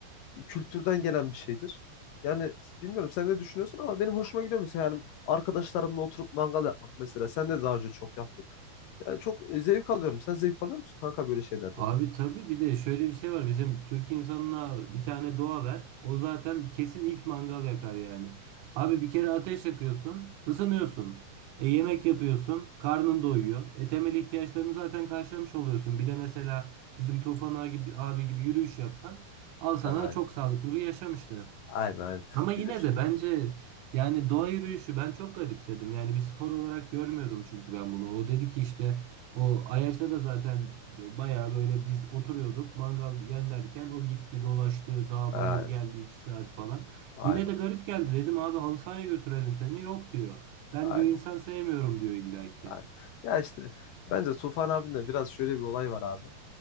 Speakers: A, on the left; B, on the right.
A: kültürden gelen bir şeydir. Yani bilmiyorum sen ne düşünüyorsun ama benim hoşuma gidiyor mesela yani arkadaşlarımla oturup mangal yapmak mesela. Sen de daha önce çok yaptın. Yani çok e, zevk alıyorum. Sen zevk alıyor musun kanka böyle şeylerden?
B: Abi tabii bir de şöyle bir şey var. Bizim Türk insanına bir tane doğa ver. O zaten kesin ilk mangal yakar yani. Abi bir kere ateş yakıyorsun, ısınıyorsun. E, yemek yapıyorsun, karnın doyuyor. E, temel ihtiyaçlarını zaten karşılamış oluyorsun. Bir de mesela bizim Tufan abi gibi, abi gibi yürüyüş yapsan al sana
A: Aynen.
B: çok sağlıklı bir yaşam işte.
A: Aynen aynen.
B: Ama yine
A: Bir de şu-
B: de bence yani doğa yürüyüşü ben çok garipsedim. Yani bir spor olarak görmüyordum çünkü ben bunu. O dedi ki işte o Ayaş'ta da zaten bayağı böyle biz oturuyorduk mangal yerlerken o gitti dolaştı dağ
A: aynen
B: bayır geldi iki saat falan.
A: aynen
B: Yine de garip geldi dedim abi halı sahaya götürelim seni yok diyor. Ben
A: aynen.
B: diyor insan sevmiyorum diyor illaki.
A: aynen. Ya işte bence Tufan abinde biraz şöyle bir olay var abi.